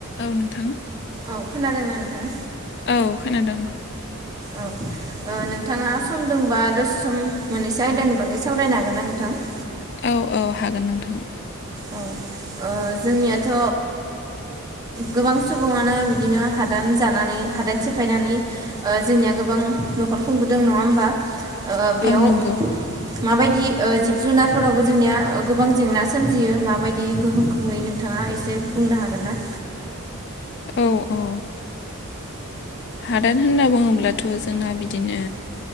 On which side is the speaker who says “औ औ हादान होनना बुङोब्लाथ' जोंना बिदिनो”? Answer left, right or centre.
Left